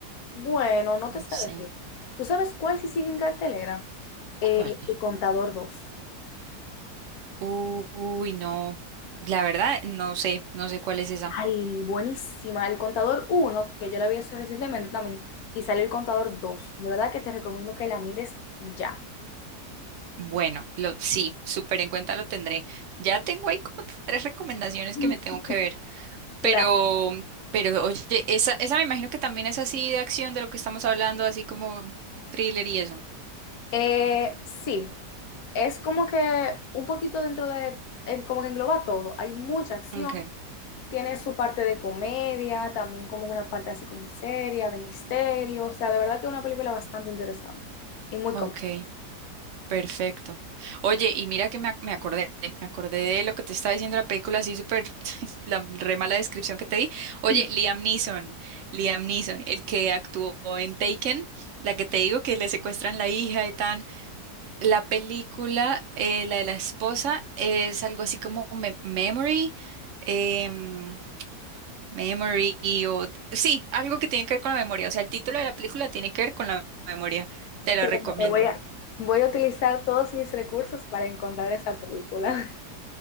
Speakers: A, on the left (about 65°); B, on the right (about 75°).
A: Bueno, no
B: No
A: te sé
B: sé.
A: decir. ¿Tú sabes cuál se sigue en cartelera? Eh,
B: ¿Cuál?
A: El Contador dos.
B: Uy, no. La verdad, no sé, no sé cuál es esa.
A: Ay, buenísima. El Contador uno que yo la vi hace recientemente también, y salió El Contador dos. De verdad que te recomiendo que la mires ya.
B: Bueno, lo, sí, súper en cuenta lo tendré. Ya tengo ahí como tres recomendaciones
A: <laughs>
B: que me tengo que ver. Pero,
A: Claro.
B: pero oye, esa, esa me imagino que también es así de acción de lo que estamos hablando, así como thriller y eso.
A: Eh, sí, es como que un poquito dentro de, en- como que engloba todo. Hay mucha acción,
B: Okay,
A: Tiene su parte de comedia, también como una parte así como seria, de misterio. O sea, de verdad que es una película bastante interesante y muy
B: okay,
A: completa.
B: perfecto. Oye, y mira que me, ac- me acordé, me acordé de lo que te estaba diciendo la película, así súper, <laughs> la re mala descripción que te di. Oye,
A: <laughs>
B: Liam Neeson, Liam Neeson, el que actuó en Taken, la que te digo que le secuestran la hija y tan. La película, eh, la de la esposa, es algo así como Mem- Memory. em, Memory o... Sí, algo que tiene que ver con la memoria. O sea, el título de la película tiene que ver con la memoria. Te la
A: Créeme
B: recomiendo.
A: que Voy a, voy a utilizar todos mis recursos para encontrar esa película. <laughs>